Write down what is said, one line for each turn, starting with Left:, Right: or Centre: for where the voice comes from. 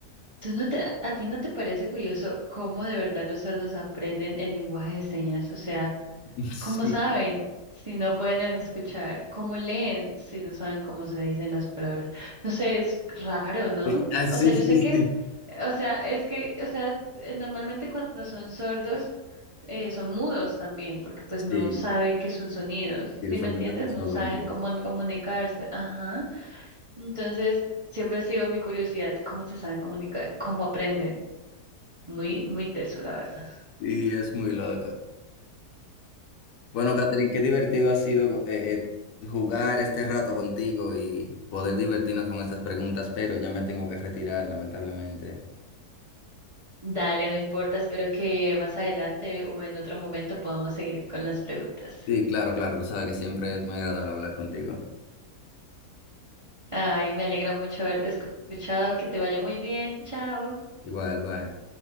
Right: ¿tú no te, a ti no te parece curioso cómo de verdad los sordos aprenden el lenguaje de señas? O sea,
Left: <laughs> Sí.
Right: ¿Cómo saben si no pueden escuchar? ¿Cómo leen si no saben cómo se dicen las palabras? No sé, es raro, ¿no?
Left: Eh, Ah, sí,
Right: O sea, yo
Left: sí,
Right: sé que,
Left: sí.
Right: o sea, es que, o sea, eh, normalmente cuando son sordos, eh, son mudos también, porque pues no
Left: Sí,
Right: saben qué es un sonido,
Left: sí,
Right: ¿sí
Left: usualmente
Right: me entiendes?
Left: somos
Right: No
Left: sordomudos.
Right: saben cómo comunicarse. Ajá. Entonces, siempre ha sido mi curiosidad, ¿cómo se saben comunicar? ¿Cómo aprenden? Muy, muy teso, la verdad.
Left: Sí, es muy loco. Bueno, Catherine, qué divertido ha sido eh, eh, jugar este rato contigo y poder divertirnos con estas preguntas, pero ya me tengo que retirar, lamentablemente.
Right: Dale, no importa, espero que más adelante o en otro momento podamos seguir con las preguntas.
Left: Sí, claro, claro, tú sabes que siempre es muy agradable hablar contigo.
Right: Ay, me alegra mucho haberte escu- escuchado, que te vaya muy bien, chao.
Left: Igual, bye.